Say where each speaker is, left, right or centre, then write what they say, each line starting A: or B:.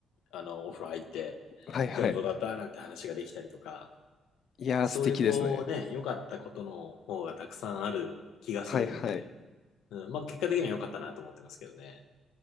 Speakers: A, on the left; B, on the left.
A: う、あの、お風呂入って、
B: はいはい。
A: 今日どうだったなんて話ができたりとか、
B: いやー、
A: そういう、
B: 素敵ですね。
A: こう、ね、良かったことの方がたくさんある気がするんで、
B: はいはい。
A: うん、まあ、結果的には良かったなと思ってますけどね。